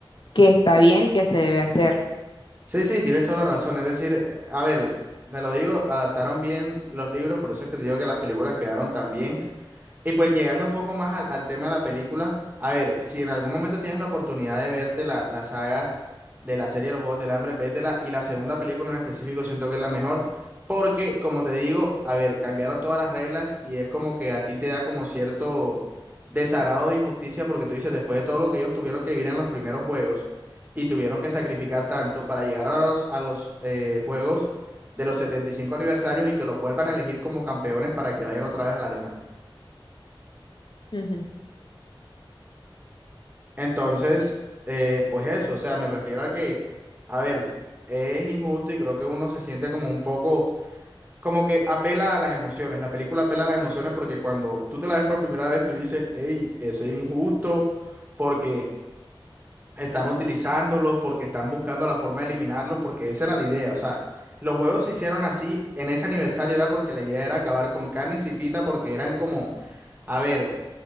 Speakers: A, on the left (about 60°); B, on the right (about 20°).
A: que está bien y que se debe hacer.
B: Sí, sí, tienes toda la razón. Es decir, a ver, te lo digo, adaptaron bien los libros, por eso es que te digo que las películas quedaron también y pues llegando un poco más al, al tema de la película, a ver, si en algún momento tienes la oportunidad de verte la, la saga de la serie de los Juegos del Hambre, vétela. Y la segunda película en específico siento que es la mejor, porque como te digo, a ver, cambiaron todas las reglas y es como que a ti te da como cierto desagrado de injusticia, porque tú dices, después de todo lo que ellos tuvieron que vivir en los primeros juegos y tuvieron que sacrificar tanto para llegar a los, a los eh, juegos de los 75 aniversarios y que los vuelvan a elegir como campeones para que vayan otra vez a la arena.
A: Ujú.
B: Entonces, eh, pues eso, o sea, me refiero a que, a ver, es injusto y creo que uno se siente como un poco, como que apela a las emociones, la película apela a las emociones porque cuando tú te la ves por primera vez, tú dices, hey, eso es injusto porque están utilizándolos, porque están buscando la forma de eliminarlos, porque esa era la idea, o sea, los juegos se hicieron así en ese aniversario era porque la idea era acabar con Carne y Pita porque eran como, a ver,